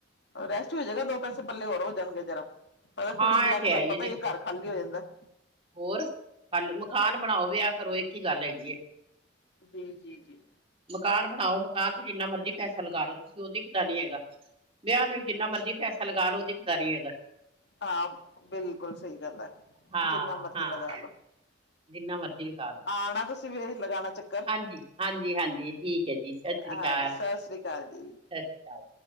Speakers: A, on the left (about 60°); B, on the right (about 30°).
A: ਰੈਸਟ ਹੋ ਜਾਏਗਾ ਦੋ ਪੈਸੇ ਪੱਲੇ ਹੋਰ ਹੋ ਜਾਣਗੇ ਜਰਾ। ਪਤਾ ਕੁੜੀ
B: ਹਾਂ
A: ਵਿਆਹ
B: ਇਹ
A: ਕੇ
B: ਤੇ
A: ਤੁਹਾਨੂੰ
B: ਹੈ ਹੀ
A: ਪਤਾ
B: ਹੈ ਦੇਖੋ
A: ਜੀ ਘਰ ਖਾਲੀ ਹੋ ਜਾਂਦਾ ਹੈ।
B: ਹੋਰ ਖਾਲੀ ਮਕਾਨ ਬਣਾਓ ਵਿਆਹ ਕਰੋ ਇੱਕ ਹੀ ਗੱਲ ਹੈਗੀ ਹੈ।
A: ਜੀ, ਜੀ, ਜੀ।
B: ਮਕਾਨ ਬਣਾਓ ਮਕਾਨ ਤੇ ਜਿੰਨਾ ਮਰਜ਼ੀ ਪੈਸਾ ਲਗਾ ਲਓ ਤੁਸੀਂ ਉਹ ਦਿਖਦਾ ਨੀ ਹੈਗਾ। ਵਿਆਹ ਤੇ ਵੀ ਜਿੰਨਾ ਮਰਜੀ ਪੈਸਾ ਲਗਾ ਲੋ ਉਹ ਦਿਖਦਾ ਨਹੀਂ ਹੈਗਾ।
A: ਹਾਂ ਬਿਲਕੁਲ ਸਹੀ ਗੱਲ ਹੈ,
B: ਹਾਂ
A: ਜਿੰਨਾ ਮਰਜ਼ੀ
B: ਹਾਂ
A: ਲਗਾ ਲਉ।
B: ਜਿੰਨਾ ਮਰਜ਼ੀ ਲਗਾ ਲੋ।
A: ਆਉਣਾ ਤੁਸੀਂ ਵੀ ਜੀ ਲਗਾਉਣਾ ਚੱਕਰ।
B: ਹਾਂਜੀ ਹਾਂਜੀ ਹਾਂਜੀ ਠੀਕ ਹੈ ਜੀ ਸਤਿ ਸ਼੍ਰੀ
A: ਹਾਂਜੀ
B: ਅਕਾਲ,
A: ਸਤਿ
B: ਸਤਿ
A: ਸ੍ਰੀ ਅਕਾਲ ਜੀ
B: ਸ੍ਰੀ ਅਕਾਲ।